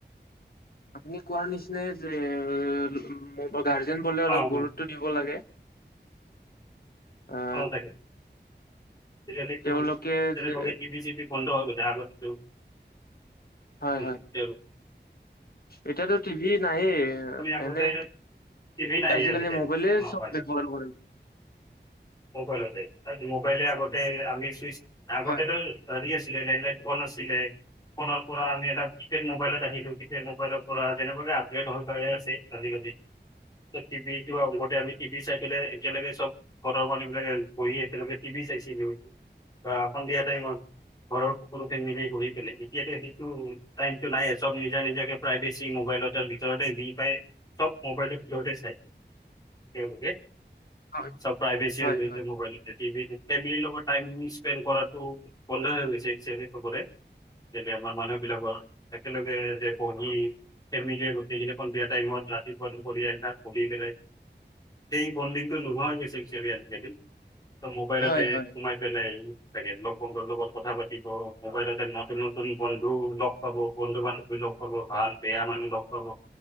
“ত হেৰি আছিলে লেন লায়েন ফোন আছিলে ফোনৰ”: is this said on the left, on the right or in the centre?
Left